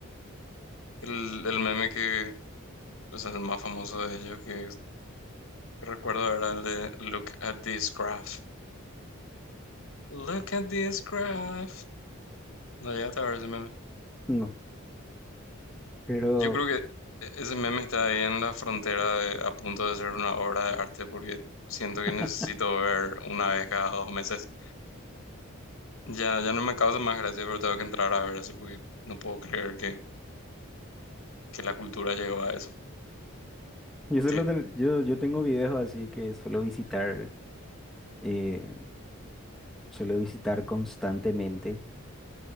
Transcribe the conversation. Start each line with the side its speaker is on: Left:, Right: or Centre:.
Left: el, el meme que, o sea, el más famoso de ellos que recuerdo era el de Look at this graph. Look at this graph. No llegaste a ver ese meme.
Centre: No, pero
Left: Yo creo que e, ese meme está ahí en la frontera de- a punto de ser una obra de arte porque siento que
Centre: <laughs>
Left: necesito ver una vez cada dos meses. Ya, ya no me causa más gracia, pero tengo que entrar a ver así porque no puedo creer que que la cultura llegó a eso.
Centre: yo suelo
Left: Sí.
Centre: ten- yo, yo tengo videos así que suelo visitar, eh, suelo visitar constantemente.